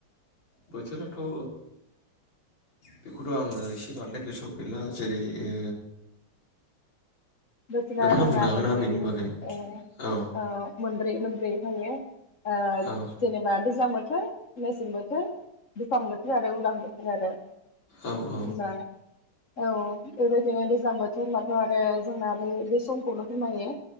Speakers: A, on the left (about 60°); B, on the left (about 40°).
A: बोथोराथ'ओ बेखौथ' आङो एसे बांद्राय गोसोआव गैला जेरै ओ
B: बोथोरा
A: नोंथाङा
B: जोंना
A: बुंनो हागोन
B: मोनब्रै
A: ना बेनि बागै
B: ओ
A: औ
B: आ मोनब्रै मोनब्रै नुयो ओ
A: औ
B: जेनेबा गोजां बोथोर मेसें बोथोर दुफां बोथोर आरो उदां बोथोर आरो जेनेबा
A: औ औ
B: औ बेबायदिनो गोजां बोथोर होनबाथ' आरो जोंना बे बे समखौनो फोरमायो।